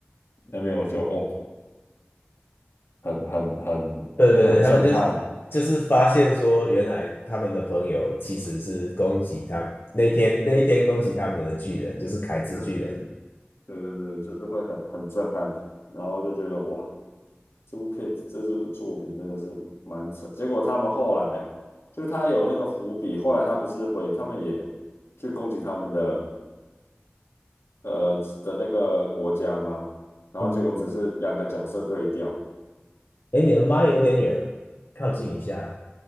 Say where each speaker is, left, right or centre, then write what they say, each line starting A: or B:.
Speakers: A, on the left; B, on the left.
A: 那边我就哦很很很很震撼。
B: 对对对，他们就是就是发现说，原来他们的朋友其实是攻击他那天那一天攻击他们的巨人，
A: 对对对，
B: 就是凯之巨人。
A: 对对对对对对对，就是会很很震撼，然后就觉得哇，这部片这部作品真的是蛮扯。结果他们后来就他有那个伏笔，后来他不是回他们也去攻击他们的呃的那个国家吗？然后结果只是两个角色对调。
B: 嗯，哎，你的麦有点远，靠近一下。